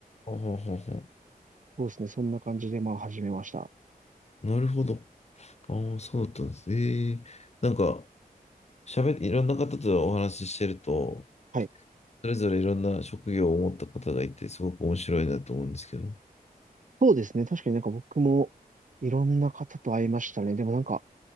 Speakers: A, on the left; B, on the right.
A: あははは。
B: そうですね。そんな感じで、まあ、始めました。
A: なるほど。ああ、そうだったんですね。ええなんか、喋って、いろんな方とお話ししてると、
B: はい。
A: それぞれいろんな職業を持った方がいて、すごく面白いなと思うんですけど。
B: そうですね。確かになんか僕もいろんな方と会いましたね。でもなんか、